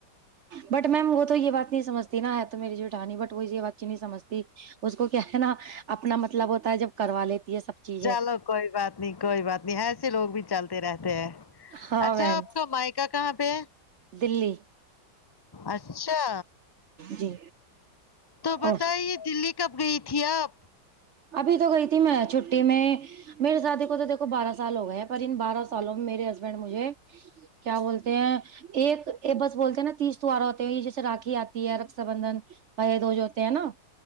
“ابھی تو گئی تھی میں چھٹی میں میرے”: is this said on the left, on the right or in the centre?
Right